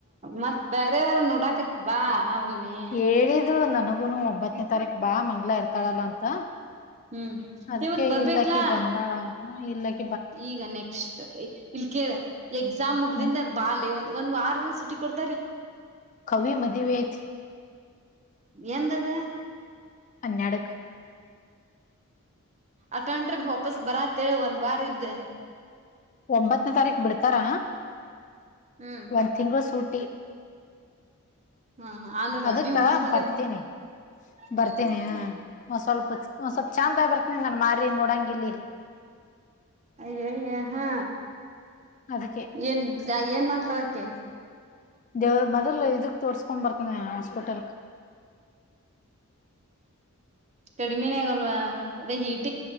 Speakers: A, on the right (about 30°); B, on the left (about 35°).
A: ಮತ್ ಬೇರೆಯವ್ರ ನೋಡಾಕತ್ ಬಾ ಒಮ್ಮಿ
B: ಹೇಳಿದ್ರು ನನಗೂನು ಒಂಬತ್ತನೇ ತಾರೀಕ್ ಬಾ ಮಂಗ್ಲ ಇರ್ತಾಳಲ್ಲ ಅಂತ
A: ಹ್ಮ್
B: ಅದಕ್ಕೆ
A: ನೀ ಮತ್ ಬರ್ಬೇಕಲಾ
B: ಇಲ್ಲಕ್ಕ ಬಂದಾಳ ಇಲ್ಲಕ್ಕ
A: ಈಗ ನೆಕ್ಸ್ಟ್ ಇಲ್ ಕ ಎಕ್ಸಾಮ್ ಮುಗ್ದಿಂದ
B: ಹ್ಮ್
A: ಬಾಲ್ ಒ ಒಂದು ವಾರರ ಸುಟ್ಟಿ ಕೊಡ್ತ
B: ಕವಿ ಮದ ವತ
A: ಎಂದದ
B: ಅನ್ಯಾಡುಕ್
A: ಅಥಂಟ್ರೆ ವಾಪಸ್ ಬರಾತೇಳ ಒಂದ್ ವಾರ ಇದ್ದೆ
B: ಒಂಬತ್ತನೇ ತಾರೀಕ ಬಿಡ್ತಾರ
A: ಹ್ಮ್
B: ಒಂದ್ ತಿಂಗಗಳು ಸೂಟ್ ಿ <unintelligible>
A: ಹಾ ಹಾ ಅಂದ್ರ ಮದ್ವಿ
B: ಅದಕ್ಕ
A: ಮುಗಸ್ಕೊಂಡೆ
B: ಬರ್ತೀನಿ
A: ಹ್ಮ್
B: ಬರ್ತೀನಿ
A: ಹ್ಮ್
B: ಹ ಸ್ವಲ್ಪ ಸ್ವಲ್ಪ್ ಚಂದ ಬರ್ತನಿ ನಾನ್ ಮಾರಿ ನೋಡಂಗ ಇಲ್ಲಿ
A: ಅಯ್ಯಯ್ಯ ಹಾ
B: ಅದಕ್ಕೆ
A: ಏನ್ ಏನ್ ಮಾಡ್ಕಳಕೆ
B: ದೇವ್ ಮೊದಲು ಇದಕ್ ತೋರ್ಸ್ಕೊಂಡ್ ಬರ್ತನಿ ಹಾಸ್ಪಿಟಲ್ಕ್
A: ಕಡಿಮೆನೇ ಆಗಲ್ವಾ ಅದೇ ಹೀಟ್